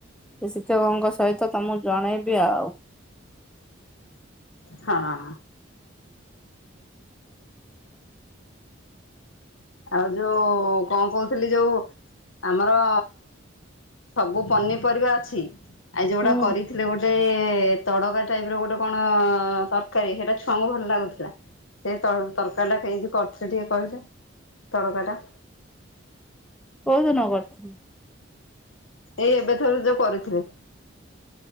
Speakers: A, in the centre; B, on the left (about 80°).
A: ସେ ଶିକ୍ଷକଙ୍କ ସହିତ ତ ମୁକୁ ଜଣେଇବି ଆଉ।
B: ହଁ। ଆଉ ଯୋଉ କଣ କହୁଥିଲି ଯୋଉ ଆମର। ସବୁ ପନିପରିବା ଅଛି ଆ ଯୋଉଗଟା
A: ହୁଁ।
B: କରିଥିଲେ ଗୋଟେ। ତଡକା ଟାଇପ ର ଗୋଟେ କଣ ତରକାରୀ ସେଇଟା ଛୁଆଙ୍କୁ ଭଲ ଲାଗୁଥିଲା। ସେଇ ତରକାରୀ ଟା କେମତି କରିଥିଲେ ଟିକେ କହିଲେ। ତଳକଟା।
A: କୋଉ ଦିନ କରିଥିଲି?
B: ଏଇ ଏବେଥର ଯୋଉ କରିଥିଲେ?